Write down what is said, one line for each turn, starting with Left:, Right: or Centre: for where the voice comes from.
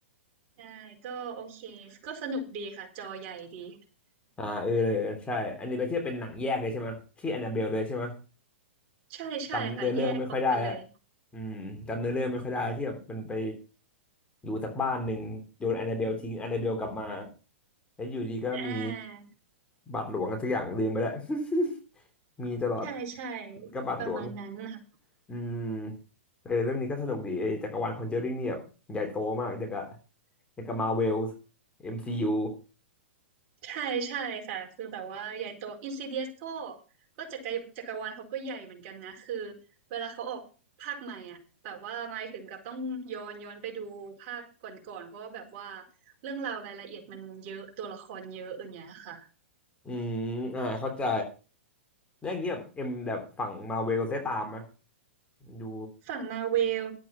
Right: ใช่ก็โอเคก็สนุกดีค่ะจอใหญ่ดี <laughs>
Left: อ่าเออเลยใช่อันนี้ไปเทียบเป็นหนังแยกเลยใช่ไหมที่แอนนาเบลเลยใช่ไหม
Right: ใช่ใช่ค่ะแยกออกไปเลย
Left: จำเนื้อเรื่องไม่ค่อยได้แล้วอืมจำเนื้อเรื่องไม่ค่อยได้ที่แบบมันไปอยู่จากบ้านหนึ่งโยนแอนนาเบลทิ้งแอนนาเบลกลับมาแล้วอยู่ดีก็มี
Right: อ่า
Left: บาทหลวงกันสักอย่างลืมไปแล้ว <laughs> มีตลอด
Right: ใช่ใช่
Left: กบบาทหลวง
Right: ประมาณนั้นค่ะ
Left: อืมเออเรื่องนี้ก็สนุกดีไอ้จักรวาลคอนเจอริงเนี่ยแบบใหญ่โตมากอย่างกับอย่างกับมาเวล MCU อมซียู
Right: ใช่ใช่ค่ะคือแบบว่าใหญ่โตอินซิเดียสก็ก็จักรจักรวาลเขาก็ใหญ่เหมือนกันนะคือเวลาเขาออกภาคใหม่อ่ะแบบว่าหมายถึงกับต้องย้อนย้อนไปดูภาคก่อนๆเพราะว่าแบบว่าเรื่องราวรายละเอียดมันเยอะตัวละครเยอะอย่างเงี้ยค่ะ
Left: อืมอ่าเข้าใจแล้วอย่างเงี้ยแบบเอ็มแบบฝั่งมาเวลได้ตามไหมดู
Right: ฝั่งมาเวล